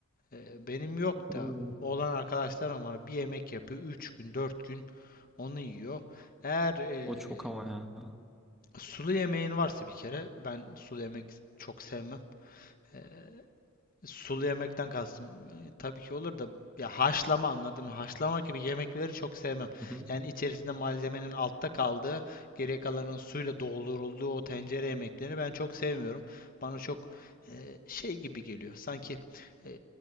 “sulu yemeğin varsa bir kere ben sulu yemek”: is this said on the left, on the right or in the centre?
Left